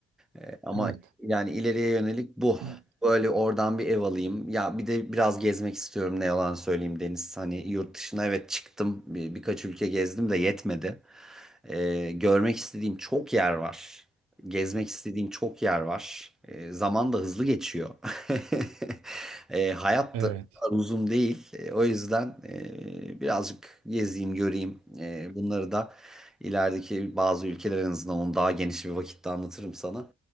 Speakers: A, in the centre; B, on the right.
A: E, ama
B: Evet.
A: yani ileriye yönelik bu.
B: <clears throat>
A: Böyle oradan bir ev alayım. Ya bir de biraz gezmek istiyorum ne yalan söyleyeyim Deniz. Hani yurt dışına evet çıktım. Bir, birkaç ülke gezdim de yetmedi. E, görmek istediğim çok yer var. Gezmek istediğim çok yer var. E, zaman da hızlı geçiyor. <laughs> E, hayat
B: Evet,
A: da kadar uzun değil. E, O yüzden e, birazcık gezeyim, göreyim. E, bunları da ilerideki bazı ülkeler en azından onu daha geniş bir vakitte anlatırım sana.